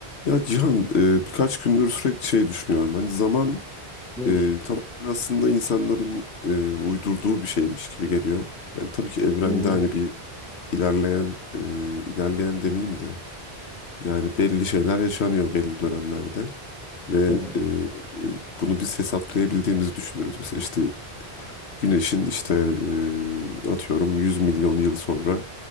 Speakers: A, on the left; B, in the centre.
A: Ya Cihan e, birkaç gündür sürekli şey düşünüyorum. Hani zaman
B: Ne
A: e, tamamen aslında insanların e, uydurduğu bir şeymiş gibi geliyor. Yani tabii ki evrende
B: Hı hı.
A: hani bir ilerleyen e, ilerleyen demeyeyim de yani belli şeyler yaşanıyor belli dönemlerde ve
B: <laughs>
A: e, e, bunu biz hesaplayabildiğimizi düşünüyoruz. Mesela işte güneşin işte e, atıyorum 100 milyon yıl sonra